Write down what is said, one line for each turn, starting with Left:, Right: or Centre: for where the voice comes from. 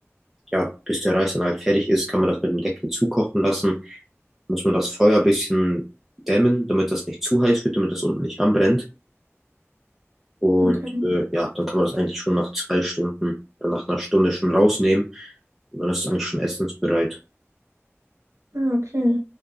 Centre: ja, bis der Reis dann halt fertig ist, kann man das mit dem Deckel zukochen lassen. Muss man das Feuer ein bisschen dämmen, damit das nicht zu heiß wird, damit das unten nicht anbrennt. Und
Right: Okay.
Centre: äh, ja, dann kann man das eigentlich schon nach zwei Stunden oder nach einer Stunde schon rausnehmen. Und dann ist es eigentlich schon essensbereit.
Right: Ah, okay.